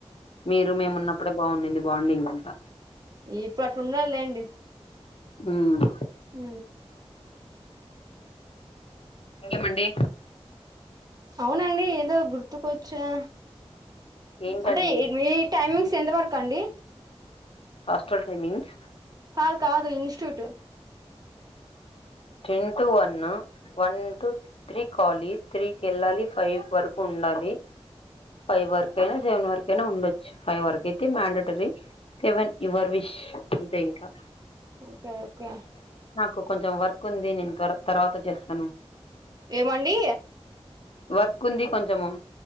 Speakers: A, on the left (about 60°); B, on the right (about 35°).
A: మీరు మేము ఉన్నప్పుడే బాగున్నేది బాండింగ్ అంతా
B: ఇప్పుడు అట్లు ఉండరు లేండి
A: ఉమ్
B: హ
A: ఇంగే మండి
B: అవునండి ఏదో గుర్తుకోవచ్చా
A: ఏంటండి
B: అంటే ఏ మీ టైమింగ్స్ ఎంతవరకు అండి
A: హాస్టల్ టైమింగ్స్
B: కాదు కాదు institute
A: ten two one one ఇ టూ త్రీ కాలి త్రీకి వెళ్ళాలి ఫైవ్ వరకు ఉండాలి ఫైవ్ వరకు అయినా సెవెన్ వరకు అయినా ఉండొచ్చు ఫైవ్ వరకు అయితే మ్యాండటరీ సెవెన్ యువర్ విష్ అంతే ఇంకా
B: ఓకే ఓకే
A: కో కొంచెం వర్ కుంది నేను త తర్వాత చేస్తాను
B: ఏమొంది
A: వర్క్ ఉంది కొంచము